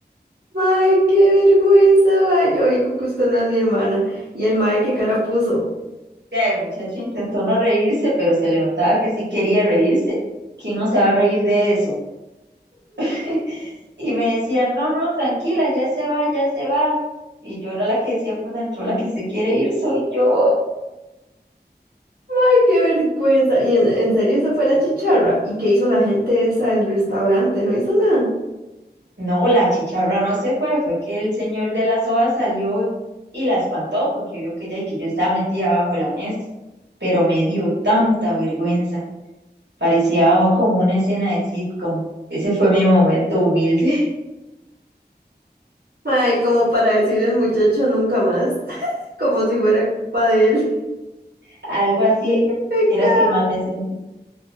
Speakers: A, on the right (about 60°); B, on the right (about 80°).
A: May, qué vergüenza, may. Yo digo que usted no es mi hermana. Y el may, qué cara puso.
B: Ya, El muchacho intentó no reírse, pero se le notaba que sí quería reírse. ¿Quién no se va a reír de eso? <laughs> Y me decían, no, no, tranquila, ya se va, ya se va. Y yo era la que decía por dentro, la que se quiere ir soy yo.
A: May, qué vergüenza. Y en, en serio, esa fue la chicharra. ¿Y qué hizo la gente esa del restaurante? No hizo nada.
B: No, la chicharra no se fue, fue que el señor de la soa salió y la espantó porque vio que ella y que yo estaba metida abajo de la mesa. Pero me dio tanta vergüenza, parecía como una escena de sitcom. Ese fue mi momento humilde,
A: May, como para decirle al muchacho nunca más, <laughs> como si fuera culpa de él.
B: <laughs> algo
A: <laughs>
B: así,
A: Ay, ¡Qué pecado!
B: quieras que mal me sentí.